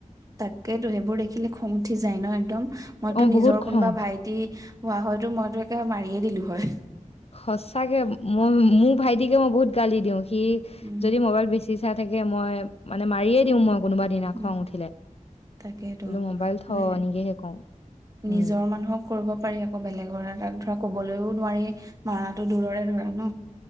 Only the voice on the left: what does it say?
অ
বহুত খং
সচাকে মই মোৰ ভাইটিকে মই বহুত গালি দিওঁ কি
যদি মোবাইল বেছি চাই থাকে, মই মানে মাৰিয়ে দিওঁ, মই কোনোবা দিনা খং
উঠিলে
বোলো
মোবাইল থ এনেকেহে কওঁ উম